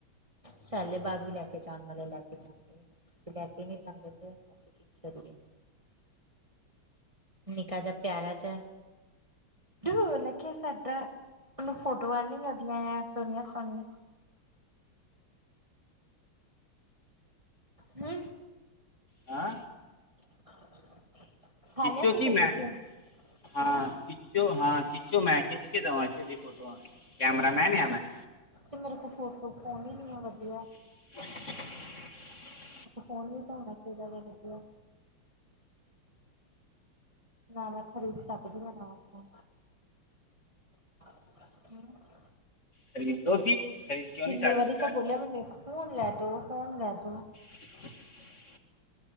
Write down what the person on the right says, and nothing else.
ਸੈਲੇਬਾਗ ਵੀ ਲੈ ਕੇ ਜਾਣ ਵਾਲੇ ਲੈ ਕੇ ਜਾਂਦੇ। ਤੁਸੀਂ ਲੈ ਕੇ ਨਈਂ ਜਾਂਦੇ ਤੇ ਅਸੀਂ ਕੀ ਕਰੀਏ। ਨਿੱਕਾ ਜਿਹਾ ਪਿਆਰਾ ਚ ਡੂ ਲੱਕੇਆ ਸਾਡਾ ਉਹਨੂੰ ਫੋਟੋਆਂ ਨੀਂ ਆਂਦੀਆਂ ਸੁਹਣੀਆਂ ਸੋਹਣੀਆਂ। ਹਂ।
<inaudible> ਖਾ
ਲਿਆ ਸੀ
ਫਿਰ
ਟਿਫਿਨ
ਹੈਂ
ਤੇ ਮੇਰੇ ਕੋ ਫੋਟੋ ਫੋਨ ਈ ਨਈ ਏ ਵਧੀਆ।
ਫੋਨ ਯ ਹੋਣਾ ਚਾਈਦਾ ਵਾ ਵਧੀਆ। ਨਾ ਮੈਂ ਖਰੀਦ ਸਕੱਦੀ ਆ ਨਯਾ ਫੋਨ ਹਂ
ਕਿੰਨੀ
ਵਾਰੀ
ਤਾਂ ਬੋਲਿਆ ਮੈਨੂੰ ਇੱਕ ਫੋਨ ਲੈ ਦੋ, ਫੋਨ ਲੈ ਦੋ।